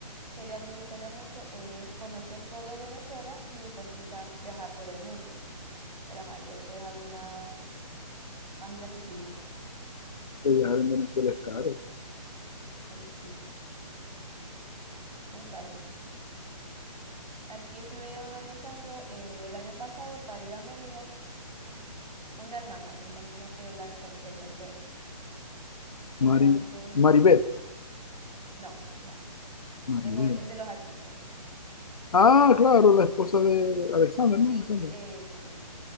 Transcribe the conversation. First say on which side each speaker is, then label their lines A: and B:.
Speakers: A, on the right; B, on the left.
A: sería, me gustaría mucho, es conocer todo Venezuela y después quizás viajar por el mundo. Pero ajá, ya eso es algo más, más inaccesible.
B: que viajar en Venezuela es caro.
A: <laughs> Ahí sí, muy caro. Aquí estuvieron organizando eh, el año pasado para ir a Mérida una hermana, me imagino que la conocéis, Maribel. Entonces,
B: Mari, Maribel,
A: no, no,
B: Maribel.
A: es, o- es de los áticos.
B: Ah, claro, la esposa de Alexander,
A: Sí,
B: ¿no? Me sembra.
A: sí, ese sí.